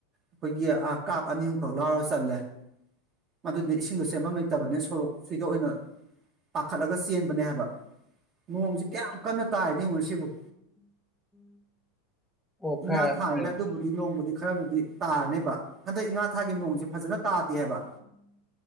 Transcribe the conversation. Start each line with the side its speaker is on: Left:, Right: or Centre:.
Right: ꯑꯩꯈꯣꯏꯒꯤ ꯀꯥꯞ ꯑꯅꯤ ꯑꯍꯨꯝꯈꯛ ꯂꯥꯎꯔꯒ ꯆꯜꯂꯦ ꯃꯗꯨꯒꯤꯅꯦ ꯏꯁꯤꯡꯗꯣ ꯆꯦꯟꯐꯝ ꯂꯩꯇꯕꯅꯦ ꯁꯣꯔꯣꯛꯁꯤꯗ ꯑꯣꯏꯅ ꯄꯥꯈꯠꯂꯒ ꯆꯦꯟꯕꯅꯦ ꯍꯥꯏꯕ ꯅꯣꯡꯁꯤ ꯀꯌꯥꯝ ꯀꯟꯅ ꯇꯥꯏꯅꯣ ꯌꯦꯡꯉꯨꯅꯦ ꯁꯤ ꯕꯨ
Centre: ꯑꯣ
Right: ꯏꯉꯥ
Centre: ꯈꯔ
Right: ꯊꯥꯅꯤꯅ
Centre: ꯇꯥꯔꯦ
Right: ꯑꯗꯨꯕꯨꯗꯤ ꯅꯣꯡꯕꯨꯗꯤ ꯈꯔꯕꯨꯗꯤ ꯇꯥꯔꯅꯦꯕ ꯍꯟꯗꯛ ꯏꯉꯥ ꯊꯥꯒꯤ ꯅꯣꯡꯁꯦ ꯐꯖꯅ ꯇꯥꯗꯦ ꯍꯥꯏꯕ